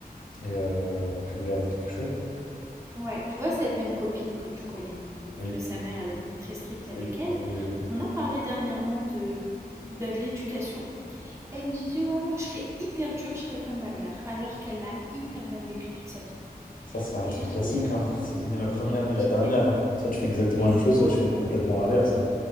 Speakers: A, on the left; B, on the right.
A: Et euh, tu voulais rajouter quelque chose?
B: Ouais, tu vois, cette même copine que tu connais,
A: Oui,
B: que sa mère, elle a été très stricte avec
A: oui,
B: elle,
A: oui, oui, oui.
B: on a parlé dernièrement de, bah, de l'éducation. Elle me disait, ouais, moi, je serais hyper dure, je serais comme ma mère, alors qu'elle l'a hyper mal vécu toute sa vie.
A: Ça, c'est un
B: Et
A: truc
B: je lui ai
A: classique,
B: dit, mais,
A: hein. C'est ni la première
B: mais, je lui
A: ni
B: ai dit,
A: la dernière.
B: mais,
A: hein. Soit tu fais exactement
B: mais
A: la
B: c'est
A: même chose, soit
B: ça,
A: tu fais complètement l'inverse. hein.